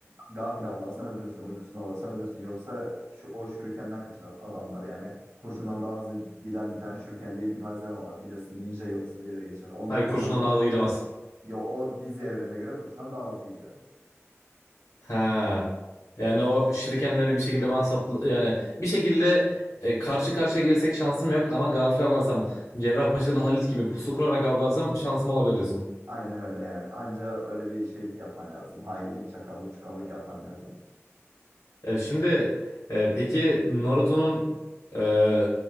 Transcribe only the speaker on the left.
Hayır
kurşunla
daha da gidemez.
Ha. Yani o şirikenleri bir şekilde bana saplı yani bir şekilde e, karşı karşıya girsek şansım yok ama gafil avlarsam Cerrahpaşa'lı Halit gibi pusu kurarak avlarsam şansım olabilir diyorsun.
E, şimdi e, peki Naruto'nun e,